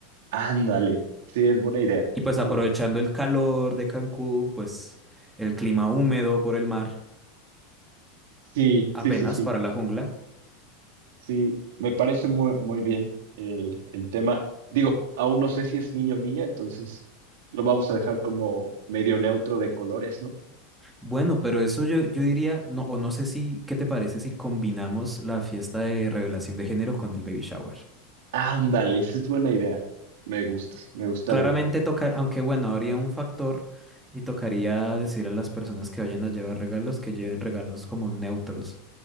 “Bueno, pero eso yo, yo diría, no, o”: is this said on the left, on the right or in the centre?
Centre